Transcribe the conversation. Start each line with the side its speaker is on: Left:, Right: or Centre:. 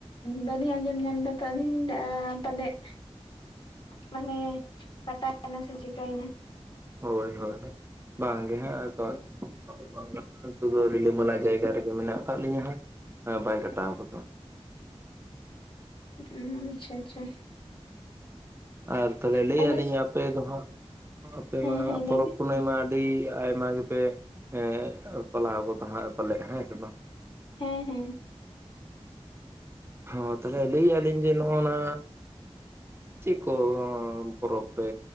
Left: ᱵᱟᱹᱞᱤᱧ ᱟᱡᱚᱢ ᱧᱟᱢ ᱫᱟ ᱛᱚ ᱟᱹᱞᱤᱧ ᱞᱤᱧ ᱞᱟᱹᱭ ᱮᱫᱟ ᱯᱟᱞᱮᱫᱼᱼᱼ ᱢᱟᱱᱮ ᱠᱟᱴᱟᱜ ᱠᱟᱱᱟ ᱥᱮ ᱪᱮᱠᱟᱭᱮᱱᱟ ᱾
Right: ᱦᱳᱭ ᱦᱳᱭ ᱵᱟᱝᱜᱮ ᱦᱟᱸᱜ ᱟᱫᱚ ᱱᱤᱛᱚᱜ <unintelligible> ᱫᱚ ᱨᱤᱞᱟᱹᱢᱟᱞᱟ ᱡᱟᱭᱜᱟ ᱨᱮᱜᱮ ᱢᱮᱱᱟᱜ ᱟᱠᱟᱫ ᱞᱤᱧᱟᱹ ᱦᱟᱸᱜ ᱵᱟᱭ ᱠᱟᱴᱟᱣ ᱜᱚᱫᱚ᱾
Left: ᱩ ᱟᱪᱪᱷᱟ ᱟᱪᱪᱷᱟ
Right: ᱟᱨ ᱛᱟᱦᱚᱞᱮ ᱞᱟᱹᱭᱮᱫ
Left: ᱟᱞᱮ
Right: ᱞᱤᱧ ᱟᱯᱮ ᱫᱚ ᱦᱟᱸᱜ, ᱟᱯᱮ
Left: ᱦᱮᱸ
Right: ᱢᱟ
Left: ᱦᱮᱸ ᱞᱟᱹᱭ
Right: ᱯᱚᱨᱚᱵᱽ
Left: ᱵᱤᱱ
Right: ᱯᱩᱱᱟᱹᱭ ᱢᱟ ᱟᱹᱰᱤ ᱟᱭᱢᱟ ᱜᱮᱯᱮ ᱮ ᱯᱟᱞᱟᱣ ᱜᱚᱫᱟ ᱦᱟ ᱯᱟᱞᱮᱫ ᱦᱮᱸ ᱥᱮ ᱵᱟᱝ ᱾
Left: ᱦᱮᱸ ᱦᱮᱸ
Right: ᱦᱚᱸ ᱛᱟᱞᱦᱮ ᱞᱟᱹᱭ ᱟᱹᱞᱤᱧ ᱡᱮ ᱱᱚᱜ-ᱚ ᱱᱟᱼᱼ ᱪᱮᱫ ᱠᱚ ᱯᱚᱨᱚᱵᱽ ᱯᱮ